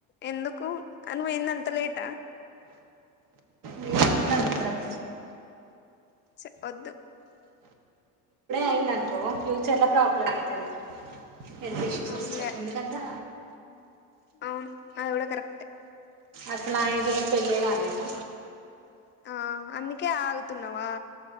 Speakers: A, on the left (about 30°); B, on the right (about 65°).
A: ఎందుకు అని పోయింది అంత లేటా
B: వేసుకున్నాను అప్పుడప్పుడు
A: స వద్దు
B: అయింది అనుకో ఫ్యూచర్ లా ప్రాబ్లమ్ అవుతుది హెల్త్ ఇష్యూస్
A: అవునులే
B: వస్తాయి ఎందుకంటే
A: అవును అది కూడా కరెక్టే
B: అసలు నా ఏజ్ వాళ్లకు పెళ్ళే కాలేదు
A: ఆ అందుకే ఆగుతున్నావా